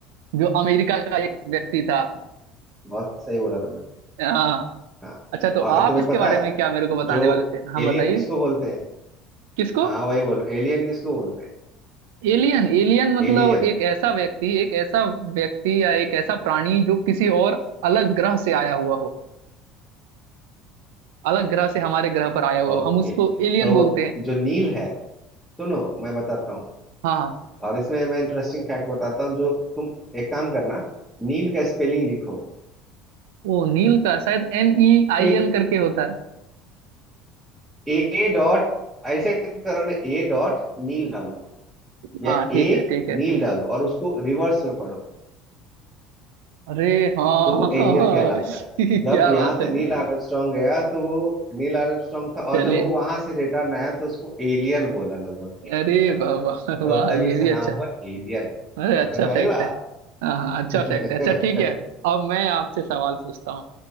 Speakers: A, on the right; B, in the centre.
A: जो अमेरिका का एक व्यक्ति था
B: बहुत सही बोला तुमने
A: हाँ
B: हाँ
A: अच्छा तो
B: और
A: आप
B: तुम्हें
A: इसके
B: पता
A: बारे
B: है
A: में क्या मेरे को बताने
B: जो
A: वाले थे हाँ
B: एलियन
A: बताइए
B: किसको बोलते हैं
A: किसको
B: हाँ वही बोलो एलियन किसको बोलते हैं
A: एलियन एलियन मतलब
B: एलियन
A: एक ऐसा व्यक्ति एक ऐसा व्यक्ति या एक ऐसा प्राणी जो किसी और अलग ग्रह से आया हुआ हो अलग ग्रह से हमारे ग्रह पर आया हुआ
B: ओके
A: हो हम उसको एलियन
B: तो
A: बोलते हैं
B: जो नील है सुनो मैं बताता हूँ
A: हाँ हाँ
B: और इसमें मैं इंटरेस्टिंग फैक्ट बताता हूँ जो तुम एक काम करना नील का स्पेलिंग लिखो
A: वो नील का शायद एन ई
B: ठीक
A: आई एल करके होता है
B: ए डॉट ऐसे करो ना ए डॉट नील डालो या
A: हाँ ठीक
B: ए
A: है ठीक है
B: नील डालो और उसको रिवर्स में पढ़ो
A: अरे हाँ
B: तो वो एलियन कहलाता
A: <laughs>
B: है
A: क्या
B: जब यहाँ
A: बात
B: से
A: है
B: नील आर्मस्ट्रांग गया तो वो नील आर्मस्ट्रांग था और
A: चलिए
B: जब वो वहां से रिटर्न आया तो उसको एलियन बोला लोगों ने एलियन
A: अरे वाह वाह
B: तो
A: वाह
B: तभी
A: ये
B: से
A: भी
B: नाम
A: अच्छा
B: हुआ एलियन समझ
A: अरे अच्छा
B: में
A: फैक्ट
B: आई बात
A: है हाँ हाँ अच्छा
B: <laughs>
A: फैक्ट है अच्छा ठीक है अब मैं आपसे सवाल पूछता हूँ